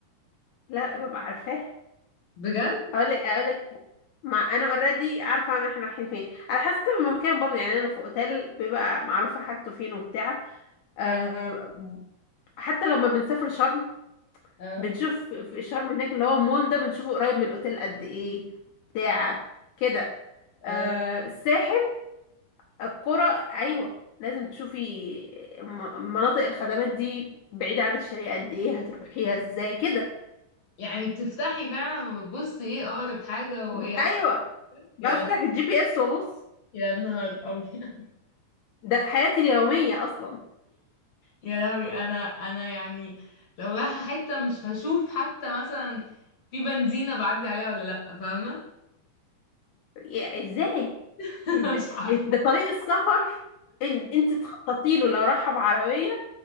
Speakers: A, on the left; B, on the left.
A: لا ببقى عارفاه
B: بجد
A: اقول لك اقول ما انا اوريدي عارفه ان احنا رايحين فين على حسب المكان برضه يعني انا في اوتيل بيبقى معروفه حاجته فين وبتاع أه حتى لما بنسافر شرم
B: اه
A: بنشوف في شرم هناك اللي هو المول ده بنشوفه قريب من الاوتيل قد ايه بتاع كده
B: اه
A: أه الساحل القرى ايوه لازم تشوفي م- مناطق الخدمات دي بعيده عن الشارع قد ايه هتروحيها ازاي كده
B: يعني بتفتحي فعلا وبتبصي ايه أقرب حاجة وايه
A: جو- ايوه
B: أحسن
A: بفتح
B: يا لا-
A: الجي بي اس وابص
B: يا نهار أبيض
A: ده في حياتي اليوميه اصلا
B: يا لهوي انا انا يعني لو رايحة حتة مش هشوف حتى مثلا في بنزينة بعدي عليها ولا لأ فاهمة
A: يا- ازاي
B: <laughs>
A: ازاي
B: مش عارفة
A: ده طريق السفر ان انت تخططي له لو راح بعربيه